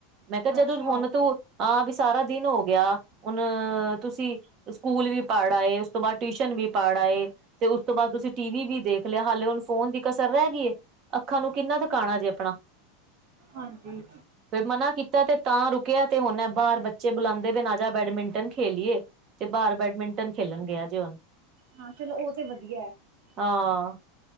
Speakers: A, on the right; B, on the right.
A: ਮੈਂ ਕਿਹਾ ਜਦੋਂ
B: ਅੱਛਾ
A: ਹੁਣ ਤੂੰ ਹਾਂ ਬੀ ਸਾਰਾ ਦਿਨ ਹੋ ਗਿਆ। ਹੁਣ ਤੁਸੀਂ ਸਕੂਲ ਵੀ ਪੜ ਆਏ, ਉਸ ਤੋਂ ਬਾਅਦ ਟਿਊਸ਼ਨ ਵੀ ਪੜ ਆਏ ਤੇ ਉਸ ਤੋਂ ਬਾਅਦ ਤੁਸੀਂ ਟੀ ਵੀ ਵੀ ਦੇਖ ਲਿਆ, ਹਾਲੇ ਹੁਣ ਫੋਨ ਦੀ ਕਸਰ ਰੈ ਗਈ ਏ। ਅੱਖਾਂ ਨੂੰ ਕਿੰਨਾ ਦੁਕਾਾਣਾ ਜੇ ਆਪਣਾ।
B: ਹਾਂਜੀ
A: ਫੇਰ ਮਨਾ ਕੀਤਾ ਤੇ ਤਾਂ ਰੁ ਕਿਆ ਤੇ ਹੁਣਾ ਐ ਬਾਰ ਬੱਚੇ ਬੁਲਾਂਦੇ ਬਏ ਨੇ ਆਜਾ ਬੈਡਮਿੰਟਨ ਖੇਲੀਏ। ਤੇ ਬਾਹਰ ਬੈਡਮਿੰ ਟਨ ਖੇਲਣ ਗਿਆ ਜੇ ਹੁਨ।
B: ਹਾਂ ਚਲੋ ਉਹ ਤੇ ਵਧੀਆ ਹੈ
A: ਹਾਂ,